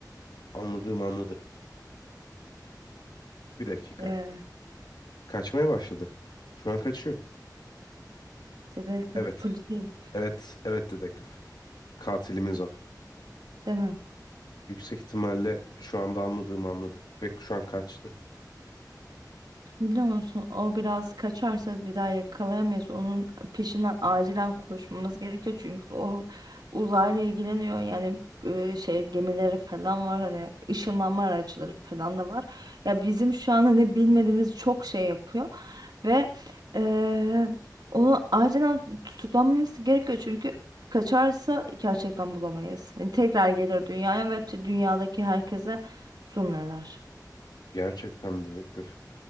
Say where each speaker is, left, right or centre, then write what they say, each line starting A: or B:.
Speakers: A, on the left; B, on the right.
A: anladığımı anladı. Bir dakika.
B: e,
A: Kaçmaya başladı. Şu an kaçıyor.
B: dedektif
A: Evet.
B: polis değil,
A: Evet. Evet dedektif. Katilimiz o.
B: değil mi?
A: Yüksek ihtimalle şu anda anladığımı anladı. Ve şu an kaçtı.
B: Biliyor musun o biraz kaçarsa bir daha yakalayamayız. Onun peşinden acilen koşmamız gerekiyor. Çünkü o uzayla ilgileniyor. Yani e, şey gemileri falan var. Hani ışınlanma araçları falan da var. Ya bizim şu an hani bilmediğimiz çok şey yapıyor. Ve e, onu acilen tutuklanmamız gerekiyor. Çünkü kaçarsa gerçekten bulamayız. Yani tekrar gelir dünyaya ve t- dünyadaki herkese zulmeder.
A: Gerçekten dedektif.